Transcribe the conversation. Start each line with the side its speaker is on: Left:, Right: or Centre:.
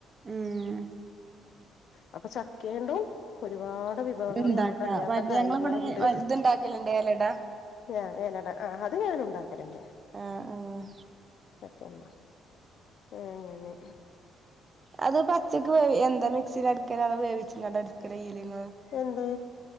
Right: ഉം
Left: അപ്പൊ ചക്കയേണ്ടും ഒരുപാട് വി <unintelligible>
Right: ഇണ്ടാക്കാ
Left: നമ്മുക്കറിയാത്ത
Right: മറ്റേ
Left: കാര്യങ്ങളുണ്ട്
Right: ഞങ്ങളിവിടെ ഇത്ണ്ടാക്കലുണ്ട് എലട
Left: ഞാ ഏലട ആ അത് ഞാൻ ഉണ്ടാക്കാറുണ്ട്
Right: ആഹ് ആഹ്
Left: പിന്നെ അങ്ങനെ
Right: അത് പച്ചക്ക് വേ എന്താ മിക്സിൽ അടിക്കല് അതാ വേവിച്ചങ്ങണ്ട് അടിക്കല് ചെയ്യല് ഇങ്ങല്
Left: എന്ത്